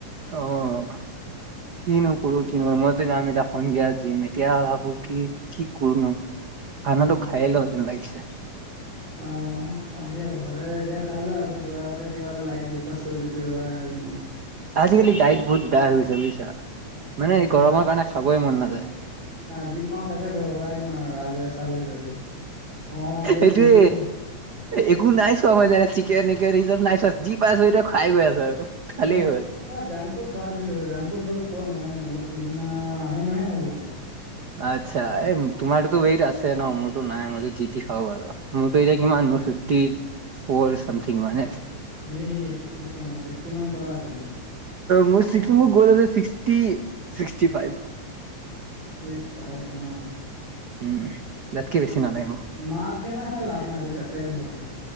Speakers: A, on the right; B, on the right.
A: অ' কিনো কৰুৰো কিনো মইতে যাম এতিয়া সন্ধিয়া জিম মে। এতিয়া ভাবো কি কি কৰোনো খানাটো
B: অ
A: খাই লওঁ যেন লাগিছে।
B: অ' সন্ধিয়া যাবা এ এতিয়া খাই লোৱা। আ যোৱাৰ আগতে কিবা এটা লাইট ব্ৰেকফাষ্ট কৰি গুচি যাবা। জিম লে।
A: আজিকালি ডাইট বহুত বেয়া হৈ গৈছে বুজিছা। মানে
B: আচ্ছা,
A: এই গৰমৰ কাৰণে খাবই মন নাযায়
B: যি পাওঁ তাকে দৰ কৰা দিওঁ। দি আৰু আলুৱে চালুৱে ধৰি। অ ৱেইট
A: এইটোৱে
B: ৱেইট ৱেইট
A: একো নাই চোৱা মানে চিকেন। <unintelligible> চোৱা যি পাইছো এতিয়া খাই গৈ আছো আৰু। খালেই
B: অ'
A: হ'ল
B: মই জাংক ফুড বাদ দিছো, জাংক ফুড ভাল খোৱা হোৱাই নাই। মোৰ তিনিমাহ আঢ়ৈ মাহে হ'ব হ'ল।
A: আচ্ছা, এ তোমাৰোতো ত আছে ন মোৰতো নাই মইতো জি তি খাব পাৰু। মোৰতো এতিয়া কিমান মোৰ ফিফটিফৌৰ চামঠিঙ মানে আছে।
B: সেই ফিফটিফৌৰ মান ছিক্সটি মান কৰা তেন্তে।
A: মোৰ <unintelligible> ছিক্সটি ফাইভ।
B: যি চাই না।
A: উম তাতকে বেছি
B: এই
A: নালাগে মোক
B: মাছগেনাৰ খাই লাভ নাই বুজিছা ফেট বহাই।